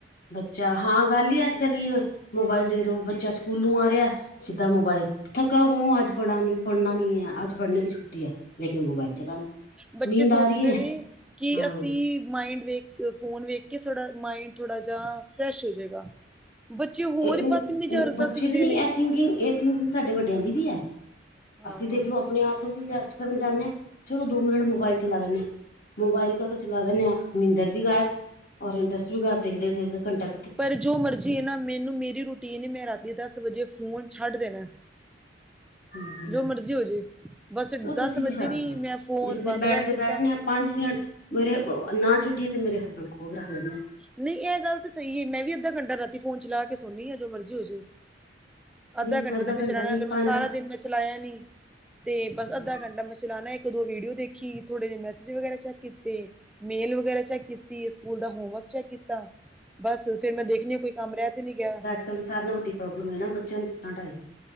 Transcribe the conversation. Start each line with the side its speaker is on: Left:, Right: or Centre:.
Left: ਬੱਚਾ, ਹਾਂ ਗੱਲ ਈ ਅੱਜ ਕੱਲ ਇਓ ਹੈ ਮੋਬਾਇਲ ਦੇਦੋ, ਬੱਚਾ ਸਕੂਲੋਂ ਆ ਰਿਆ, ਸਿੱਧਾ ਮੋਬਾਇਲ ਥੱਕਾ ਹੂੰ, ਆਜ ਪੜਾ ਨੀ, ਪੜ੍ਹਨਾ ਨਈ ਹੈ, ਅੱਜ ਪੜ੍ਹਨੇ ਕੀ ਛੂਟੀ ਹੈਂ, ਲੇਕਿਨ ਮੋਬਾਇਲ ਚਲਾਣਾ।
Centre: ਬੱਚੇ
Left: ਨੀਂਦ
Centre: ਸੋਚਦੇ
Left: ਆ ਰਹੀ ਹੈ
Centre: ਨੇ, ਕਿ
Left: ਹਾਂ
Centre: ਅਸੀਂ ਮਾਇੰਡ ਵੇਖ ਕ ਫੋਨ ਵੇਖ ਕੇ, ਸਾੜਾ ਮਾਇੰਡ ਥੋੜ੍ਹਾ ਜਿਹਾ ਫਰੈਸ਼ ਹੋ ਜਾਏਗਾ, ਬੱਚੇ ਹੋਰ
Left: ਇਹ
Centre: ਈ ਬਾਤਮੀਜ ਹਰਕਤਾਂ
Left: ਉਹ ਬੱਚੇ
Centre: ਸਿੱਖਦੇ
Left: ਦੀ ਨੀ
Centre: ਨੇ।
Left: ਇਹ ਥਿੰਕਿੰਗ, ਇਹ ਥਿੰਕਿੰਗ ਸਾਡੇ ਵੱਡਿਆਂ ਦੀ ਵੀ ਹੈ।
Centre: ਹਾਂ
Left: ਅਸੀਂ ਦੇਖਲੋ ਅਪਣੇ ਆਪ ਨੂੰ ਵੀ ਰੈਸਟ ਕਰਨ ਜਾਂਣੇ ਆ, ਚਲੋ ਦੋ ਮਿੰਟ ਮੋਬਾਇਲ ਚਲਾ ਲੈਂਣੇ ਹਾਂ। ਮੋਬਾਇਲ ਕਾ ਤੋਂ ਚਲਾ ਦੇਣੇ ਆ, ਨਿੰਦਰ ਵੀ ਗਾਇਬ, ਔਰ ਇੰਟਰਸਟ ਵੀ <unintelligible> ਦੇਖਦੇ-ਦੇਖਦੇ ਕੰਟਾ
Centre: ਪਰ ਜੋ ਮਰਜ਼ੀ ਹੈ ਨਾ, ਮੈਨੂੰ ਮੇਰੀ ਰੂਟੀਨ ਏ, ਮੈਂ ਰਾਤੀ ਦਸ ਵਜੇ ਫੋਨ ਛੱਡ ਦੇਣਾ ਏ।
Left: ਲੱਗਦਾ
Centre: ਜੋ ਮਰਜ਼ੀ ਹੋਜੇ, ਬਸ
Left: ਉੱਥੇ
Centre: ਦਸ
Left: ਅਸੀਂ ਵੀ
Centre: ਵੱਜੇ
Left: ਛੱਡ
Centre: ਨੀ,
Left: ਦਿੰਦੇ
Centre: ਮੈਂ ਫੋਨ
Left: ਜਿਸ
Centre: ਬੰਦ
Left: ਲੇ ਬੈਡ
Centre: ਕਰ
Left: ਤੇ ਬੈਠਣੇ
Centre: ਦਿੱਤਾ।
Left: ਆ ਪੰਜ ਮਿੰਟ, ਮੇਰੇ ਨਾ ਛੱਡੀਏ ਤੇ ਮੇਰੇ ਹਸਬੈਂਡ ਖੋਹ ਕ ਰੱਖ ਲੈਂਦੇ ਨੇ।
Centre: ਨਈ, ਏਹ ਗੱਲ ਤੇ ਸਈ ਹੈ ਮੈਂ ਵੀ ਅੱਧਾ ਘੰਟਾ ਰਾਤੀ ਫੋਨ ਚਲਾ ਕੇ ਸੋਨੀ ਆ, ਜੋ ਮਰਜ਼ੀ ਹੋਜੇ। ਅੱਧਾ
Left: ਨਹੀਂ
Centre: ਘੰਟੇ ਤੇ ਮੈਂ
Left: ਘੰਟਾ
Centre: ਚਲਾਣਾ,
Left: ਨਹੀਂ
Centre: ਅਗਰ
Left: ਪੰਜ
Centre: ਮੈਂ ਸਾਰਾ
Left: ਦਸ
Centre: ਦਿਨ ਮੈਂ ਚਲਾਇਆ ਨੀ। ਤੇ,
Left: ਹੂੰ।
Centre: ਬਸ ਅੱਧਾ ਘੰਟਾ ਮੈਂ ਚਲਾਣਾ ਇੱਕ ਇੱਕ ਦੋ ਵੀਡੀਓ ਦੇਖੀ, ਥੋੜੇ ਜ ਮੈਸੇਜ ਵਗੈਰਾ ਚੈੱਕ ਕੀਤੇ, ਮੇਲ ਵਗੈਰਾ ਚੈੱਕ ਕਿ ਤੀ, ਸਕੂਲ ਦਾ ਹੋਮਵਰਕ ਚੈੱਕ ਕੀਤਾ। ਬਸ ਫੇਰ ਮੈਂ ਦੇਖਣੀ ਆ, ਕੋਈ ਕੰਮ ਰਹਿ ਤੇ ਨਹੀਂ ਗਿਆ?
Left: ਅਜ ਕੱਲ ਤੇ ਸਾਰਿਆਂ ਨਾਲ ਵੱਡੀ ਪ੍ਰੋਬਲਮ ਹੈ ਨਾ, ਬੱਚਿਆਂ ਨੂੰ ਕਿਸ ਤ੍ਹਾਂ ਹਟਾਈਏ?